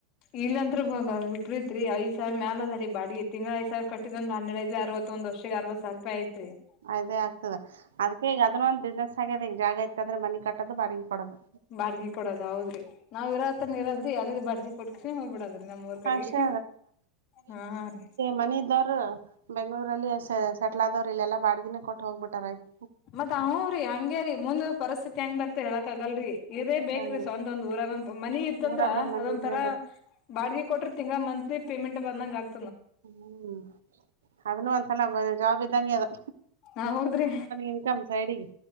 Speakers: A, on the left (about 50°); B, on the right (about 80°).
A: ಇಲ್ಲ ಅಂತ್ ಬ ಪ್ರೀತ್ರಿ ಐದ ಸಾವಿರ ಮ್ಯಾಲ ಅದ ರೀ ಬಾಡಿ ಎತ್ತ ತಿಂ ಐ ಸಾವರ ಕಟ್ಟಿದ ಒ ಹೆಡ್ ಅವ ಒಂದ ವರ್ಷ ಅವ ಸಾವಿ ರೂಪಾಯ ಐತ್ರಿ <unintelligible>
B: ಅದೇ ಆಗ್ತದೆ ಅದ್ ಈಗ ಅದನ್ನ ಒಂದ್ ಬಿಸ್ನೆಸ್ ಆಗ್ಯದ ಈಗ ಜಾಗ ಇತ್ತಂದ್ರೆ ಮನಿ ಕಟ್ಟೋದು ಬಡಗಿ ಕೊಡದು
A: ಬಾಗಿ ಕೊಡದ ಹೌದ್ರಿ ನಾವ್ ಇರತ್ತನ ಇರೋದ್ರಿ ಅಲ್ಲಿ ಬಾಡ್ಗ ಕೊಟ್ಕೆ ಹೋಗ್ಬಿಡದ್ರೀ ನಮ್ಮ ಊರ್ ಕಡೆಗೆ
B: ಅಷ್ಟೇ
A: ಹಾ ರೀ
B: ಮನ ಇದ್ದವ್ರ ಬೆಂಗ್ಳೂರಲ್ಲಿ ಸೆಟ್ಲ್ ಆದವ್ರ ಇಲ್ಲ ಎಲ್ಲಾ ಬಾಡಗಿನ ಕೊಟ್ಟು ಹೋಗ್ಬಿಟ್ಟಾರ ಆಯ್ತು
A: ಮತ್ತತ್ ಹ್ ರರಿ ಹಂಗೇರಿ ಮುಂದ ಪರಿಸ್ಥಿತಿ ಹೆಂಗ್ ಬರ್ತ ಹೇಳಕ್ ಆಗಲ್ರರಿ ಇರೇ
B: ಬೇಕಾಗಲ್ಲ
A: ಬೇಕ್ರೀ ಸ್ ಒಂತೊಂದ್ ಊರಾಗ ಒಂದ ಮನಿ ಇತ್ತಂದ್ರ
B: ಊರಾಗ ಒಂದ್ ಮನಿ
A: ಅದೊಂತರಾ
B: ಇದ್ರೆ ಬೇಕು
A: ಬಾಡಿಗೆ ಕೊಟ್ಟ್ರೆ ತಿಂಗಾ ಮಂತ್ಲಿ ಪೇಮೆಂಟ್ ಬಂದಂಗಗೆ ಆಗ್ತಿ
B: ಹ್ಮ್ ಅದನ್ನು ಅಂತ ನ ಜಾಬ್ ಇದ್ದಂಗೆ ಅದು
A: ಹ ಹೌದ್ರಿ
B: ಇನ್ಕಮ್ ಸೈಡ್ ಗೆ